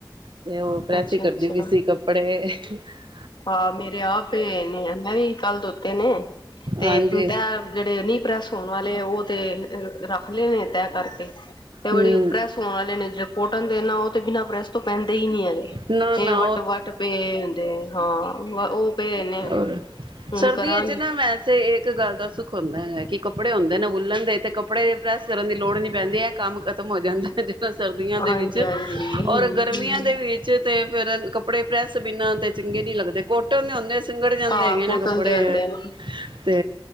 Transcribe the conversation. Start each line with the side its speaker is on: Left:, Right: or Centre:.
Right: ਤੇ ਉਹ ਪ੍ਰੈਸ
Left: ਅੱਛਾ-ਅੱਛਾ।
Right: ਹੀ ਕਰਦੀ ਪਈ ਸੀ ਕੱਪੜੇ ਠੀਕ ਹੈ
Left: ਹਾਂ, ਮੇਰੇ ਆਪ ਤੇ ਮੈਂ ਵੀ ਕੱਲ ਧੋਤੇ ਨੇ, ਤੇ
Right: ਹਾਂਜੀ
Left: ਤੈਯ ਜਿਹੜੇ ਨਹੀ ਹੋਣ ਵਾਲੇ ਐ, ਔ ਤੇ ਰੱਖ ਲਏ ਨੇ, ਤੈਯ ਕਰਕੇ। ਤੇ ਬੜੀ
Right: ਹਮ
Left: ਪ੍ਰੈਸ ਹੋਣ ਵਾਲੇ ਨੇ, ਜਿਹ ਪੋਟਲ ਦੇ ਨਾ, ਔ ਬਿਨਾਂ ਪ੍ਰੈਸ ਤੋਂ ਪੈਂਦੇ ਹੀ ਨਹੀਂ ਹੈਗੇ,
Right: ਨਾ
Left: ਜੇ
Right: ਨਾ
Left: ਵੱਟੋ ਵੱਟ ਪਏ ਹੁੰਦੇ ਨੇ। ਹਾਂ। ਉਹ ਪਏ ਨੇ।
Right: ਹੋਰ
Left: ਹੁਣ
Right: ਸਰਦੀਆਂ
Left: ਕਰਾਂਗੀ,
Right: ਚ ਨਾ, ਵੈਸੇ ਇੱਕ ਗੱਲ ਦਾ ਸੁੱਖ ਹੁੰਦਾ ਹੈ, ਕਿ ਕਪੜੇ ਕੱਪੜੇ ਹੁੰਦੇ ਨੇ ਵੂਲਣ ਦੇ, ਤੇ ਕੱਪੜੇ ਪ੍ਰੈਸ ਕਰਨ ਦੀ ਲੋੜ ਹੀ ਨਹੀਂ ਪੈਂਦੀ ਏ ਕੰਮ ਖਤਮ ਹੋ ਜਾਂਦਾ ਹੈ ਜਿਹੜਾ ਸਰਦੀਆਂ ਦੇ
Left: ਹਾਂਜੀ-ਹਾਂਜੀ,
Right: ਵਿੱਚ, ਔਰ
Left: ਹੂੰ-ਹੂੰ।
Right: ਗਰਮੀਆਂ ਦੇ ਵਿੱਚ ਤੇ ਫੇਰ ਕੱਪੜੇ ਪ੍ਰੈਸ ਬਿਨਾਂ ਤੇ ਚੰਗੇ ਕੋਟਨ ਦੇ ਹੁੰਦੇ, ਸਿੰਗੜ ਜਾਂਦੇ
Left: ਹਾਂ,
Right: ਹੈਗੇ
Left: ਕੋਟਨ
Right: ਨੇ ਕੱਪੜੇ,
Left: ਦੇ ਹੁੰਦੇ ਨੇ।
Right: ਤੇ